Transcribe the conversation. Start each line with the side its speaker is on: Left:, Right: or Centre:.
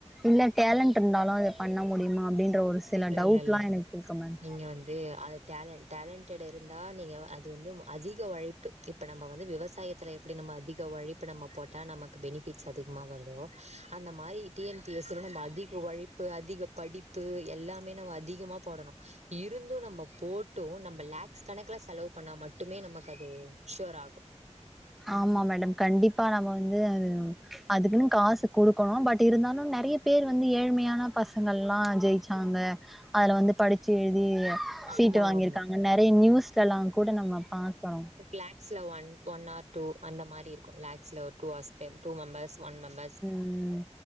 Centre: இல்ல டேலண்ட் இருந்தாலு அத பண்ண முடியுமா அப்டின் ற ஒரு சில
Right: இல்ல
Centre: டவுட்லா
Right: இல்ல இல்ல
Centre: எனக்கு இருக்கு மேம்
Right: நீங்க வந்து அது டால டேலன்டட் இருந்தா நீங்க அது வந்து அதிக உழைப்பு இப்ப நம்ம வந்து விவசாயத்தில எப்படி நம்ம அதிக உழைப்பு நம்ம போட்டால் நமக்கு பெனிஃபிட்ஸ் அதிகமா வருதோ அந்த மாரி டி என் பி எஸ்ல நம்ம அதிக உழைப்பு அதிக படிப்பு எல்லாமே நம்ம அதிகமா போடணு இருந்து நம்ம போட்டு நம்ம லேக்ஸ் கணக்குல செலவு பண்ணா மட்டுமே நமக்கு அது ஃசுவர் ஆகு
Centre: ஆமா மேடம் கண்டிப்பா நம்ம வந்து அது அதுக்குன்னு காசு குடு க்கனு பட் இருந்தாலு நெறைய பேர் வந்து ஏழ்மையான பசங்கள்ல்லா ஜெயிச்சாங்க அதுல வந்து படிச்சு எழுதி
Right: ஆமா
Centre: சீட்டு வாங்கியிருக்காங்க
Right: ஆமா
Centre: நறைய நியூஸ்ல எல்லா கூட நம்ம பாத்தோ
Right: லாக்ஸ்ல ஒன் ஒன்னார் டூ அந்த மாரி இருக்கு லாக்ஸ்ல two hours two members one members
Centre: ம்